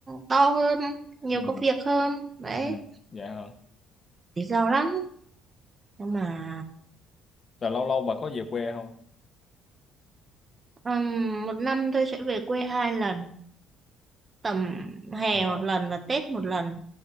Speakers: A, on the right; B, on the left.
A: to hơn nhiều
B: ừ
A: công việc hơn đấy
B: ừ dạ hả
A: lý do lắm nhưng mà
B: rồi lâu lâu bà có về quê không
A: Ừm, một năm tôi sẽ về quê hai lần, tầm hè
B: ờ
A: một lần và Tết một lần.